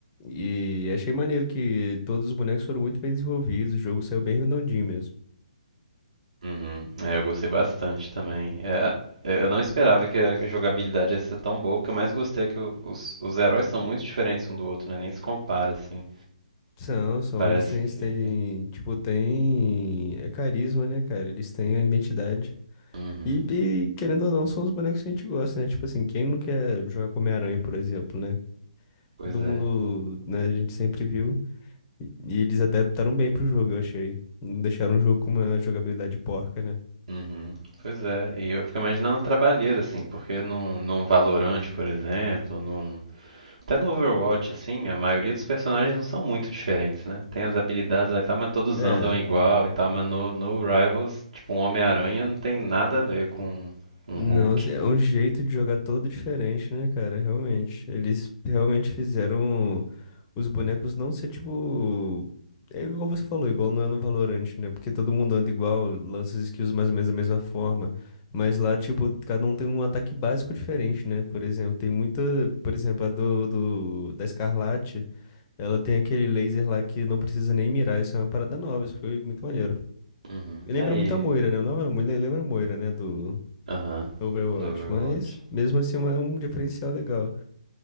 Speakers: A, on the left; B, on the right.
A: E achei maneiro que todos os bonecos foram muito bem desenvolvidos, o jogo saiu bem redondinho mesmo.
B: Uhum. É, eu gostei bastante também. É, é, eu não esperava que a, que a jogabilidade ia ser tão boa. O que eu mais gostei é que o- os, os heróis são muito diferentes um do outro, né? Nem se compara, assim.
A: São, são,
B: Parece
A: eles têm, eles
B: que.
A: têm, tipo, têm, é carisma, né, cara? Eles têm a identidade.
B: Uhum.
A: E, e, querendo ou não, são os bonecos que a gente gosta, né? Tipo assim, quem não quer jogar com Homem-Aranha, por exemplo, né?
B: Pois
A: Todo
B: é.
A: mundo, né, a gente sempre viu. E, e eles adaptaram bem pro jogo, eu achei. Não deixaram o jogo com uma jogabilidade porca, né?
B: Uhum. Pois é. E eu fico imaginando a trabalheira, assim, porque num, num Valorant, por exemplo, num. Até no Overwatch, assim, a maioria dos personagens não são muito diferentes, né? Tem as habilidades lá e tal, mas todos
A: É,
B: andam igual e tal, mas no, no Rivals, tipo, um Homem-Aranha não tem nada a ver com um
A: Não,
B: Hulk.
A: é um jeito de jogar todo diferente, né, cara? Realmente. Eles realmente fizeram os bonecos não ser tipo. É igual você falou, igual não é no Valorant, né? Porque todo mundo anda igual, lança as skills mais ou menos da mesma forma. Mas lá, tipo, cada um tem um ataque básico diferente, né? Por exemplo, tem muita. Por exemplo, a do, do- da Escarlate, ela tem aquele laser lá que não precisa nem mirar. Isso é uma parada nova, isso foi muito maneiro.
B: Uhum.
A: E lembra
B: Aí,
A: muito a Moira, né? Não, não, lembra a Moira, né? Do,
B: aham,
A: Overwatch,
B: do Overwatch.
A: mas mesmo assim é é um diferencial legal.